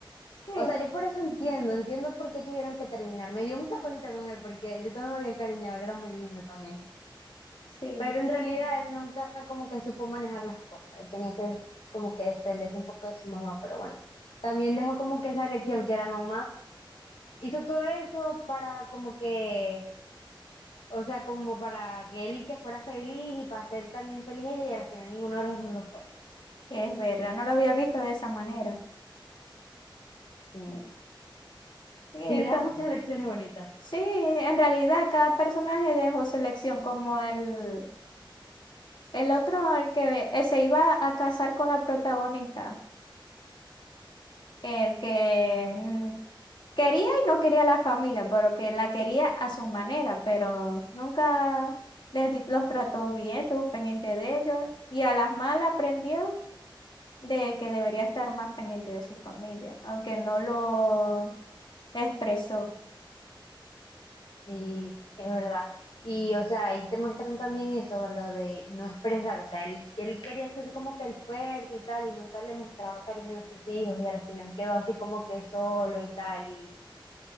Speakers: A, on the left; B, on the left.
A: sí,
B: O sea, yo por eso entiendo, entiendo por qué tuvieron que terminar. Me dio mucha cosita con él porque yo también me había encariñado, él era muy lindo también.
A: sí,
B: Pero en realidad él nunca como que supo manejar las cosas. Él tenía que des- como que desprenderse un poco de su mamá, pero bueno. También dejó como que esa lección que la mamá hizo todo eso para como que, o sea, como para que él y que fuera feliz y para ser también feliz ella y al final ninguno de los dos lo fue.
A: es verdad, no lo había visto de esa manera.
B: Sí.
A: Bueno, Sí,
B: Sí, deja
A: esto-
B: muchas lecciones bonitas.
A: sí, en realidad cada personaje dejó su elección, como el, el otro, el que eh, se iba a casar con la protagonista. el que mm, quería y no quería la familia, pero que la quería a su manera, pero nunca les di- los trató bien, estuvo pendiente de ellos y a las malas aprendió de que debería estar más pendiente de su familia, aunque no lo expresó.
B: Sí, es verdad. Y, o sea, ahí te muestran también eso de lo de no expresar. O sea, él, que él quería hacerse como que el fuerte y tal, y nunca le mostraba cariño a sus hijos, y al final quedó así como que solo y tal. Y,